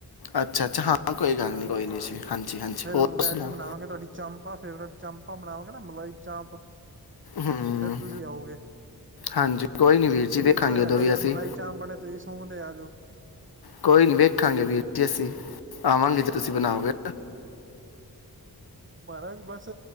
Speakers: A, on the left; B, on the right.
A: ਅੱਛਾ ਅੱਛਾ ਹਾਂ ਕੋਈ ਗੱਲ
B: ਹਾਂਜੀ
A: ਨਹੀਂ ਕੋਈ ਨਹੀਂ ਜੀ ਹਾਂਜੀ ਹਾਂਜੀ
B: ਫਿਰ
A: ਹੋਰ
B: ਵੈਜ
A: ਸੁਣਾਓ
B: ਬਣਾਵਾਂਗੇ ਤੁਹਾਡੀ ਚੰਪਾ ਫੇਵਰੇਟ ਚਪਾਂ ਬਣਾਵਾਂਗੇ ਨਾ ਮਲਾਈ ਚਾਂਪ
A: ਹੂੰ
B: ਫਿਰ ਤੁਸੀਂ ਆਓਗੇ
A: ਹਾਂਜੀ ਕੋਈ ਨੀ ਵੀਰ ਜੀ
B: ਕੀ
A: ਵੇਖਾਂਗੇ
B: ਪਤਾ ਸਾਡੇ
A: ਉਦੋਂ ਵੀ
B: ਘਰ
A: ਅਸੀਂ
B: ਮਲਾਈ ਚਾਂਪ ਬਣੇ ਤੁਸੀਂ ਸੁੰਘਦੇ ਆ ਜਾਓ
A: ਕੋਈ ਨਹੀਂ ਵੇਖਾਂਗੇ ਵੀਰ ਜੀ ਅਸੀਂ ਆਵਾਂਗੇ ਜੇ ਤੁਸੀਂ ਬਣਾਓਗੇ
B: ਮਹਾਰਾਜ ਬਸ